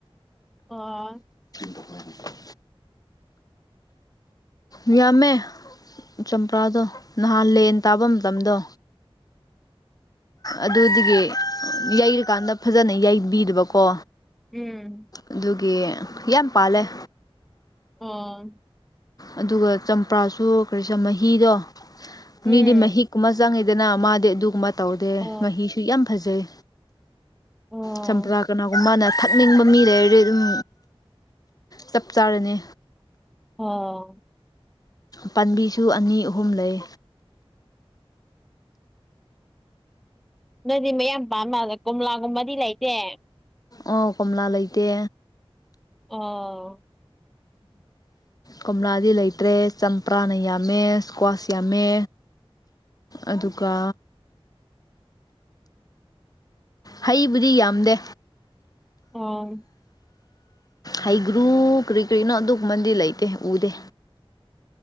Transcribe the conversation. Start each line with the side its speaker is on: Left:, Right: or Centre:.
Centre: ꯑꯣ
Left: ꯇꯧꯈꯠꯂꯛꯏ ꯉꯃꯦ ꯆꯝꯄ꯭ꯔꯥꯗꯣ ꯅꯍꯥꯟ ꯂꯦꯟ ꯇꯥꯕ ꯃꯇꯝꯗꯣ ꯑꯗꯨꯒꯤ ꯌꯩꯔꯀꯥꯟꯗ ꯐꯖꯅ ꯌꯩꯕꯤꯗꯕꯀꯣ
Centre: ꯎꯝ
Left: ꯑꯗꯨꯒꯤ ꯌꯥꯝ ꯄꯥꯜꯂꯦ
Centre: ꯑꯣ
Left: ꯑꯗꯨꯒ ꯆꯝꯄ꯭ꯔꯥꯁꯨ ꯀꯔꯤꯁ ꯃꯍꯤꯗꯣ
Centre: ꯎꯝ
Left: ꯃꯤꯗꯤ ꯃꯍꯤꯛꯀꯨꯝꯕ ꯆꯪꯉꯦ ꯗꯅ ꯑꯃꯗꯤꯗꯤ ꯑꯗꯨꯒꯨꯝꯕ ꯇꯧꯗꯦ
Centre: ꯑꯣ
Left: ꯃꯍꯤꯁꯨ ꯌꯥꯝ ꯐꯖꯩ
Centre: ꯑꯣ
Left: ꯆꯄꯔ ꯀꯅꯥꯒꯨꯝꯃ ꯅ ꯊꯛꯅꯤꯡꯕ ꯃꯤ ꯂꯩꯔꯗꯤ ꯑꯗꯨꯝ ꯆꯞ ꯆꯥꯔꯅꯤ
Centre: ꯑꯣ
Left: ꯄꯥꯝꯕꯤꯁꯨ ꯑꯅꯤ ꯑꯍꯨꯝ ꯂꯩ
Centre: ꯅꯣꯏꯗꯤ ꯃꯌꯥꯝ ꯄꯥꯝꯃꯦꯂ ꯀꯣꯝꯂꯥꯒꯨꯝꯕꯗꯤ ꯂꯩꯇꯦ
Left: ꯑꯣ ꯀꯣꯝꯂꯥ ꯂꯩꯇꯦ
Centre: ꯑꯣ
Left: ꯀꯣꯝꯂꯥꯗꯤ ꯂꯩꯇ꯭ꯔꯦ ꯆꯝꯄ꯭ꯔꯥꯅ ꯌꯥꯝꯃꯦ ꯏꯁꯀ꯭ꯋꯥꯁ ꯌꯥꯝꯃꯦ ꯑꯗꯨꯒ ꯍꯩꯕꯨꯗꯤ ꯌꯥꯝꯗꯦ
Centre: ꯑꯣ
Left: ꯍꯩꯒ꯭ꯔꯨ ꯀꯔꯤ ꯀꯔꯤꯅꯣ ꯑꯗꯨꯒꯨꯝꯕꯗꯤ ꯂꯩꯇꯦ ꯎꯗꯦ